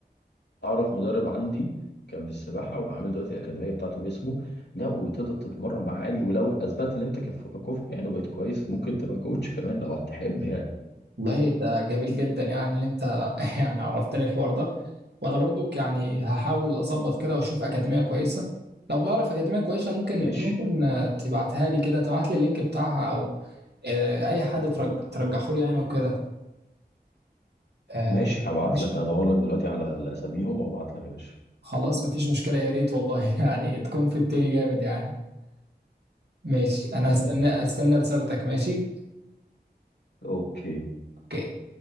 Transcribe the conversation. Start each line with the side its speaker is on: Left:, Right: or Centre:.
Left: اعرف مدرب عندي كان في السباحه وعامل دلوقتي الاكاديميه بتاعته باسمه لا وتقدر تتمرن معاه عادي ولو اثبتت ان انت كف- كفء يعني وبقيت كويس ممكن تبقى كوتش كمان لو هتحب يعني
Right: والله ده جميل جدا يعني ان انت <laughs> يعني عرفتني الحوار ده وانا برضك يعني هحاول اظبط كده واشوف اكاديميه كويسه لو تعرف اكاديميه كويسه ممكن
Left: ماشي
Right: ممكن آه، تبعتها لي كده تبعت لي اللينك بتاعها او آه، اي حد ترج- ترجحه لي يعني وكده آه،
Left: ماشي هبعت
Right: ماشي
Left: لك هدور لك دلوقتي على الاساميهم وابعت لك يا باشا
Right: خلاص مفيش مشكله يا ريت والله <laughs> يعني تكون في التاني جامد يعني ماشي انا
Left: من عليا
Right: هستنى استنى رسالتك ماشي
Left: اوكي
Right: اوكي